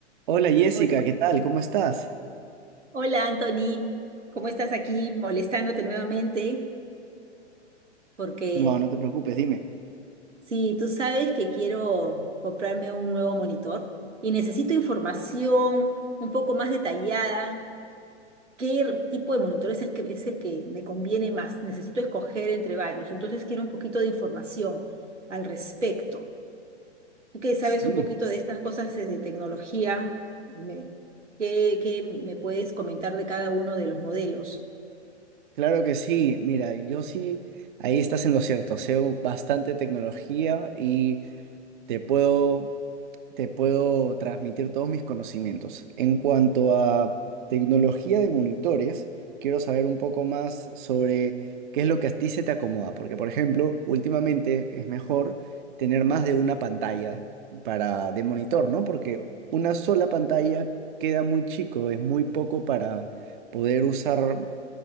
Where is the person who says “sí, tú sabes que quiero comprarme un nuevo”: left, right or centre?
Right